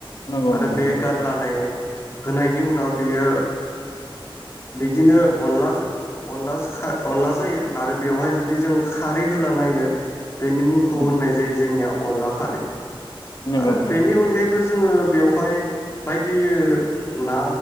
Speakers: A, on the left (about 50°); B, on the left (about 30°).
A: नंगौ नंगौ
B: आरो
A: नोंथां
B: बे गारलानाय होनायनि उनाव बेयो बिदिनो अनला अनला अनला जायो आरो बेवहाय जुदि जोङो खारै होलाना होयो बेनि मुंखौ
A: उम
B: होननाय जायो जोंनियाव अनला खारि ।
A: नंगौ
B: आरो
A: नोंथां
B: बेनि अनगायैबो जोङो बेवहाय बायदि ना